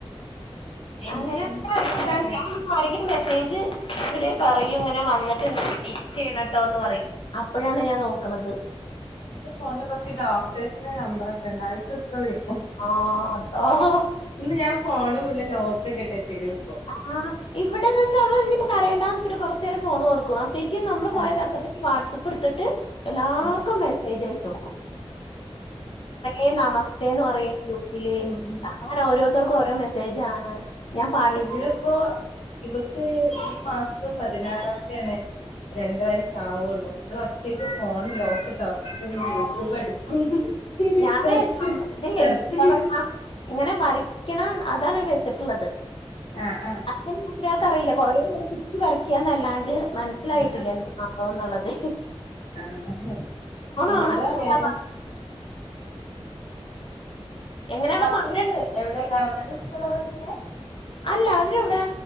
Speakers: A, on the left (about 85°); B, on the left (about 55°).
A: എൻ
B: അങ്ങനെ
A: എനിക്കുണ്ട്
B: ഇതാണ്
A: അങ്ങനെ
B: ഞൻ ആരെങ്കിലും മെസ്സേജ് പറയും ഇങ്ങനെ വന്നിട്ട് പിൻ ചെയ്യണട്ടോ എന്ന് പറയും അപ്പോഴാണ് ഞാൻ നോക്കണത്
A: എന്റെ ഫോണില് കുറച്ച് ഡോക്ടേഴ്സിന്റെ നമ്പറൊക്കെ ഉണ്ടായി അയികൊക്കെ വിളിക്കും
B: ആഹ് അതാ
A: ഇന്ന് ഞാൻ ഫോണ് ഫുള്ള് ലോക്ക് ഒക്കെ ഇട്ട് വെച്ചികണ് ഇപ്പോ
B: ആഹ് ഇവിടെന്ന് വെച്ചാ ഓള് ഇപ്പ കരയണ്ടാന്ന് വെച്ചിട്ട് കൊറച്ച് നേരം ഫോണ് കൊടുക്കും അപ്പേക്ക് നമ്മള് പോയ
A: ആഹ്
B: തക്കത്തിന് വാട്സാപ്പ് എടുത്തിട്ട് എല്ലാ
A: ആഹ്
B: മെസ്സേജ് അയച്ചൊടുക്കും എ നമസ്തേന്ന് പറയും ഗ്രൂപ്പില്
A: ഉം ഉം
B: അങ്ങനെ ഓരോരുത്തർക്കും ഓരോ മെസ്സേജ് ആണ് ഞാൻ പ
A: ഇവളിപ്പോ ഇവക്ക് ഈ മാസം പതിനാറാന്തിയാണ് രണ്ട് വയസ്സ് ആവുള്ളു ഇവള് കുട്ടികൾക്ക് ഫോൺ ലോക്ക് തൊർക്കണ്
B: ആഹ്
A: യൂടൂബ് എടുക്കും
B: ഞാന്
A: സെർച്ച്
B: ഇതില്ലേ
A: സെർച്ചെയ്യും
B: എന്താ പറയാ ഇങ്ങനെ വരയ്ക്കണ അതാണ് വെച്ചിട്ടുള്ളത്
A: ആഹ് ആഹ്
B: അങ്ങനെ ഒരാൾക്കറിയില്ല കൊറേ <unintelligible> കുത്തി വരക്കാന്നല്ലാണ്ട് മനസ്സിലായിട്ടില്ല
A: ആഹ്
B: എന്തോ അപ്പോന്നുള്ളതെ
A: ആഹ് ഇവളും
B: ഓണാക്കി
A: അങ്ങനെ
B: തരാൻ പറ എങ്ങനെ അവിടെ
A: മക്കള്
B: മഴ
A: എവിടെ ഗവൺമെന്റ് സ്കൂളാ പഠിക്കണെ
B: അല്ല അവര് ഇവിടെ